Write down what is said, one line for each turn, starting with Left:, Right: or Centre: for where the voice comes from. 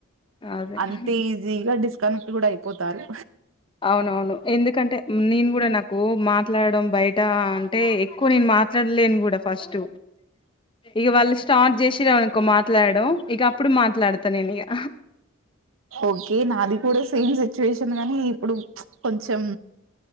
Left: అదే.
Right: అంతే ఈజీగా డిస్ కనెక్ట్ కూడా అయిపోతాది
Left: అవునవును ఎందుకంటే నేను కూడా నాకు మా మాట్లాడడం బయట అంటే ఎక్కువ నేను మాట్లాడలేను కూడా ఫస్ట్ ఇక వాళ్ళు స్టార్ట్ చేసారునుకో మాట్లాడడం ఇక అప్పుడు మాట్లాడుత తననిగా
Right: ఓకే నాది కూడా సేమ్ సిచువేషన్ వచ్చింది కానీ ఇప్పుడు కొంచెం